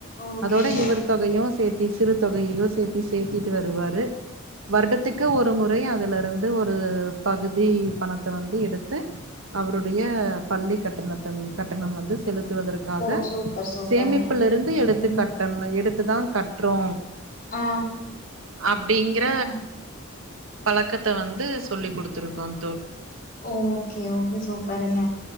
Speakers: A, on the left; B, on the right.
A: ஓகேங்க.
B: அதோட இவர் தொகையு சேத்தி சிறு தொகையையு சேத்தி சேத்திட்டு வருவாரு வருடத்துக்கு ஒரு முறை அதுல இருந்து ஒரு பகுதி பணத்த வந்து எடுத்து அவருடைய
A: ம்.
B: பள்ளி கட் <unintelligible> கட்டணம் வந்து செலுத்துவ க்காக
A: ஓ சூப்பர் சூப்பருங்க.
B: சேமிப்பிலிருந்து
A: ம்,
B: எடுத்துக்
A: ம்.
B: கட்டண எடுத் த்துதா கட்றோ
A: ஆ,
B: அப்டிங்கற
A: ஆ.
B: பழக்கத்த வந்து சொல்லி் குடுத்துருக்கோந்
A: ஓகே ஓகே சூப்பருங்க